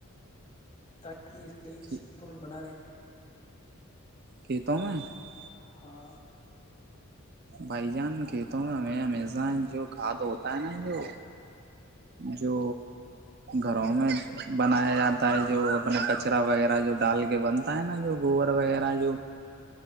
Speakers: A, on the left; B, on the right.
A: تائی <unintelligible> صی
B: ہے
A: سنتولن بنانے <unintelligible>
B: کہتا میں <unintelligible>
A: ہاں <unintelligible>
B: بھائی جان کھیتوں میں ہمیں ہمیزہ جو کھاد ہوتا ہے نا جو جو گھروں میں بنایا جاتا ہے جو اپنے کچرا وغیرہ جو ڈال کے بنتا ہے نا جو گوبر وغیرہ جو